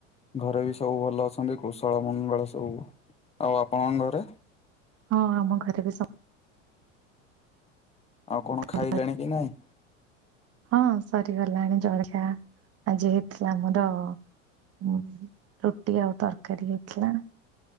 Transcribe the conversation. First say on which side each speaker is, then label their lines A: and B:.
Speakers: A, on the left; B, on the right.
A: ଘରେ ବି ସବୁ ଭଲ ଅଛନ୍ତି, କୁଶଳ ମଙ୍ଗଳ ସବୁ, ଆଉ ଆପଣଙ୍କ ଘରେ?
B: ହଁ ଆମ ଘରେ ବି ସ
A: ଆଉ କଣ ଖାଇଲେଣି
B: ଭଲ ଅଛି
A: କି ନାଇଁ?
B: ହଁ ସରିଗଲାଣି ଜଳଖିଆ, ଆଜି ହେଇଥିଲା ଆମର ହୁଁ ରୁଟି ଆଉ ତରକାରୀ ହେଇଥିଲା।